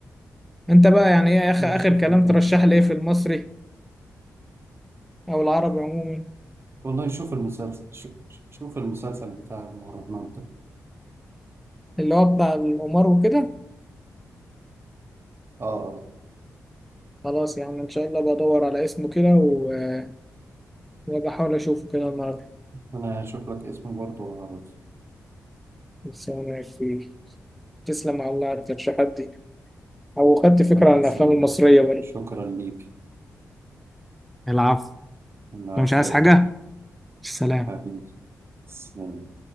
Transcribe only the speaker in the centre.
انت بقى يعني ايه اخر
اخر كلام
ترشح
لي
ايه في المصري او العربي عموما
اللي هو بتاع القمار وكده
خلاص يا عم ان شاء الله بدور على اسمه كده و- وبحاول اشوفه كده النهارده
بس أنا كبير تسلم على الله على الترشيحات دي أو خدت فكرة
عن
الأفلام المصرية برضه
العفو
لو
مش عايز حاجة سلام